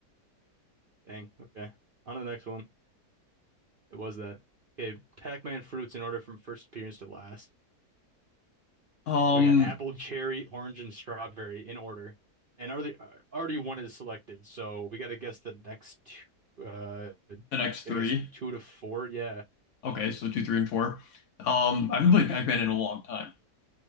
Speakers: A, on the right; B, on the left.
A: Dang. Okay. On to the next one. It was that. Okay. Pac-Man fruits in order from first appearance to last.
B: Um,
A: We got apple, cherry, orange, and strawberry in order. And already, uh, already one is selected. So we got to guess the next two. Uh, gotta
B: the next three.
A: guess two to four. Yeah.
B: Okay, so two, three, and four. Um, I haven't played Pac-Man in a long time.